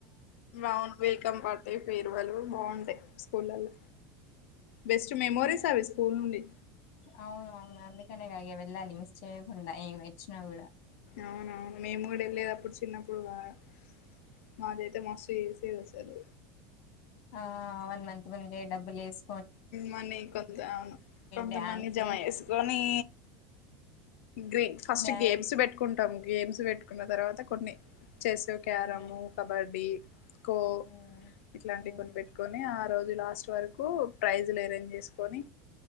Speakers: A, on the left; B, on the left.
A: బాగు వెల్కమ్ పార్టీ పేరే వెల్ బాగుంటాయి స్కూల్ల్లో బెస్ట్ మెమోరీస్ అవిస్త పూలండి
B: అవున అవును అందుకనే కాగ వెళ్ళాలి మిస్ చేయకుండా ఏం వచ్చినా కూడా
A: అవునవును మేము కూడా వెళ్ళేటప్పుడు చిన్నప్పుడు బాగా మాదైతే మస్తు చేసేది అసలు
B: ఆ వన్ మంత్ ముందే డబ్బులు వేసు
A: మనీ కొంత అవును కొంతమనీ
B: డ్యాన్సులు
A: జమ చేసుకని గ్రీన్ ఫస్ట్
B: డాన్
A: గేమ్స్ పెట్టుకుంట కుంటాం గేమ్స్ పెట్టుకున్న తరువాత కొన్ని చేస్, క్యారమ్,
B: ఉమ్
A: కబడ్డి, కో
B: ఉమ్
A: ఇట్లంటివి కొని పెట్టుకొని ఆ రోజు ఇది లాస్ట్ వరకు ప్రైజులు అరేంజ్ చేసుకొని